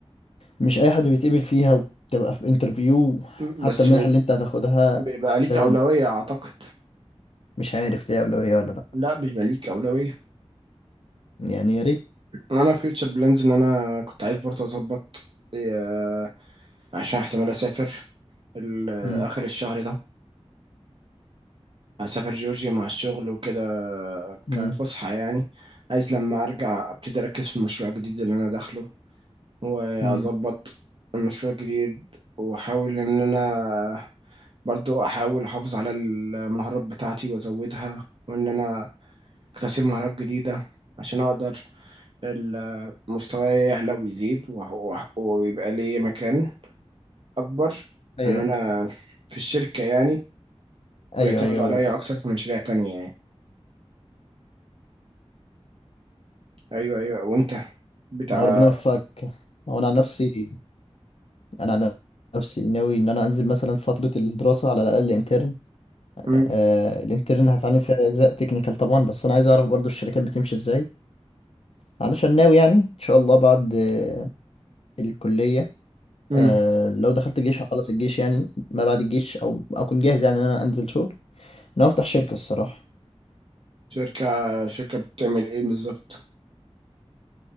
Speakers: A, on the left (about 65°); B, on the right (about 55°).
A: مش اي حد بيتقبل فيها وبتبقى في انترفيو
B: بس
A: حتى المنح
B: بيب-
A: اللي انت هتاخدها
B: بيبقى ليك
A: لازم
B: أولوية أعتقد
A: مش عارف ليها اولويه ولا لا
B: لا بيبقى ليك أولوية
A: يعني يا ريت
B: أنا فيوتشر بلانز إن أنا كنت عايز برضه أظبط آه، عشان احتمال أسافر ال-
A: مم.
B: آخر الشهر ده هسافر جورجيا مع الشغل وكده
A: مم.
B: كفسحة يعني عايز لما أرجع أبتدي أركز في المشروع الجديد اللي أنا داخله وأظبط
A: مم.
B: المشروع الجديد وأحاول إن أنا برضو أحاول أحافظ على المهارات بتاعتي وأزودها وإن أنا اكتسب مهارات جديدة عشان اقدر ال- مستواي يعلى ويزيد وه- وه- ويبقى لي مكان اكبر
A: ايوه
B: ان انا في الشركة يعني
A: ايوه
B: ويعتمدوا
A: ايوه
B: عليا اكتر في مشاريع تانية يعني ايوه ايوه وانت بتاع
A: ربنا يوفقك وانا عن نفسي انا عن نفسي ناوي ان انا انزل مثلا في فتره الدراسه على الاقل انترن
B: مم.
A: آه الانترن هتعلم فيها اجزاء تكنيكال طبعا بس انا عايز اعرف برضو الشركات بتمشي ازاي علشان ناوي يعني ان شاء الله بعد آه الكليه
B: مم.
A: آه لو دخلت الجيش هخلص الجيش يعني ما بعد الجيش او اكون جاهز يعني ان انا انزل شغل انا هفتح شركه الصراحه
B: شركة شركة بتعمل ايه بالظبط